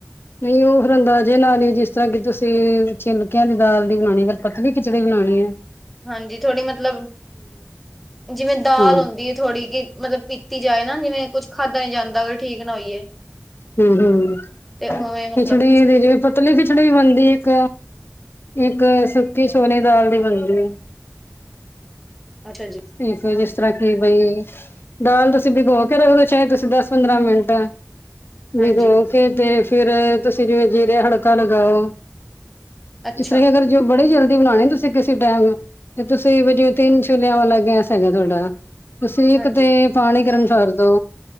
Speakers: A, on the left; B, in the centre.
A: ਨਈ ਓ ਫਿਰ ਅੰਦਾਜ਼ੇ ਨਾਲ ਨੀ ਜਿਸ ਤਰ੍ਹਾਂ ਕੀ ਤੁਸੀਂ ਛਿਲਕਿਆਂ ਦੀ ਦਾਲ ਦੀ ਬਣਾਣੀ ਐ। ਪਤਲੀ ਖਿਚੜੀ ਬਣਾਣੀ ਐ।
B: ਹਾਂਜੀ ਥੋੜ੍ਹੀ ਮਤਲਬ, ਜਿਵੇਂ ਦਾਲ
A: ਹਾਂ
B: ਹੁੰਦੀ ਏ ਥੋੜ੍ਹੀ ਕੀ ਮਤਲਬ ਪੀਤੀ ਜਾਏ ਨਾ ਜਿਵੇਂ ਕੁੱਛ ਖਾਧਾ ਨੀ ਜਾਂਦਾ ਠੀਕ ਨਾ ਹੋਈਏ।
A: ਹੂੰ-ਹੂੰ ਖਿਚੜੀ
B: ਤੇ ਉਵੇਂ ਮਤਲਬ
A: ਦੀ ਜਿਵੇਂ ਪਤਲੀ ਖਿਚੜੀ ਬਣਦੀ ਐ ਇੱਕ? ਇੱਕ ਸੁੱਕੇ ਛੋਨੇ ਦਾਲ ਦੇ ਬਣਦੇ ਐ।
B: ਅੱਛਾ ਜੀ।
A: ਠੀਕ ਐ ਜਿਸ ਤਰ੍ਹਾਂ ਕੀ ਬਈ ਦਾਲ ਤੁਸੀਂ ਭਿਗੋ ਕੇ ਰੱਖ ਦੋ ਚਾਹੇ ਤੁਸੀਂ ਦਸ- ਪੰਦਰਾਂ ਮਿੰਟ
B: ਹਾਂਜੀ
A: ਵਿਗੋ ਕੇ ਤੇ ਫੇਰ ਤੁਸੀਂ ਜਿਵੇਂ ਜੀਰੇ ਹੜਕਾ ਲਗਾਓ।
B: ਅੱਛਾ
A: ਤੇ ਫੇਰ ਉਨਾ ਨੂੰ ਤੇ ਬੜੀ ਜਲਦੀ ਬਣਾਣੇ ਤੁਸੀਂ ਕਿਸੇ ਟੈਮ ਤੇ ਤੁਸੀਂ <unintelligible> ਤਿੰਨ ਛੋਲਿਆਂ ਵਾ ਗੈਸ ਹੈਗਾ ਤੁਹਾਡਾ ਤੁਸੀਂ
B: ਹਾਂਜੀ
A: ਇਕ ਤੇ ਪਾਣੀ ਗਰਮ ਛਡਦੋ।